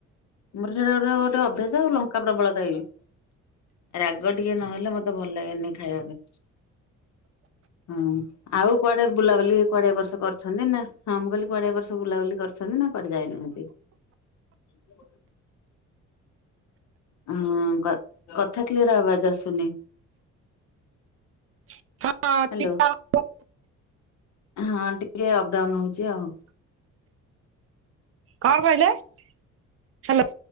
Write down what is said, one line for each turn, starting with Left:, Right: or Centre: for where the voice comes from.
Left: ମୋର ସେଟା ଗୋଟ ଗୋଟେ ଅଭ୍ୟାସ ଆଉ ଲଙ୍କା ପ୍ରବଳ ଖାଇବି। ରାଗ ଟିକେ ନହେଲେ ମତେ ଭଲ ଲାଗେନି ଖାଇବା ପାଇଁ। ହଁ ଆଉ କୁଆଡେ ବୁଲାବୁଲି କୁଆଡେ ବର୍ଷ କରିୁଛି। ଅଛନ୍ତି ନା କମ କଲି କଡିଆ ବର୍ଷ ବୁଲାବୁଲି କରିଛନ୍ତି ନା କରି ଯାଇନାହାନ୍ତି? <unintelligible> ହଁ କଥା କ୍ଲିୟର ଆବାଜ ଆସୁନି।
Right: ହଁ
Left: ହ୍ୟାଲୋ
Right: <unintelligible>
Left: ହଁ ଟିକେ ଅପଡାଉନ ହଉଛି ଆଉ
Right: ହଁ କହିଲେ ହ୍ୟାଲୋ।